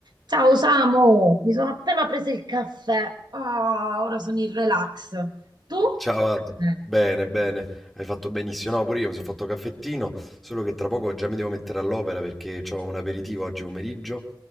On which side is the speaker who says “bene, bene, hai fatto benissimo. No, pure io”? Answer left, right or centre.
Centre